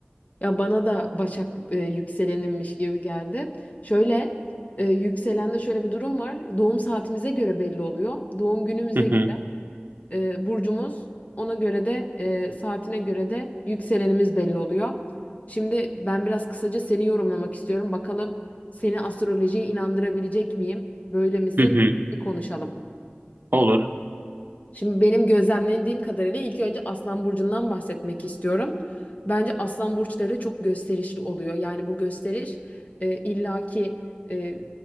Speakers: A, on the left (about 35°); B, on the right (about 55°).
A: Ya bana da Başak e, yükselenimmiş gibi geldi. Şöyle e, yükselende şöyle bir durum var. Doğum saatimize göre belli oluyor. Doğum günümüze
B: Hı
A: göre
B: hı.
A: e, burcumuz. Ona göre de e, saatine göre de yükselenimiz belli oluyor. Şimdi ben biraz kısaca seni yorumlamak istiyorum. Bakalım seni astrolojiye inandırabilecek miyim? Böyle misin?
B: Hı hı.
A: Bir konuşalım.
B: Olur.
A: Şimdi benim gözlemlediğim kadarıyla ilk önce Aslan Burcu'ndan bahsetmek istiyorum. Bence Aslan Burçları çok gösterişli oluyor. Yani bu gösteriş e, illaki e,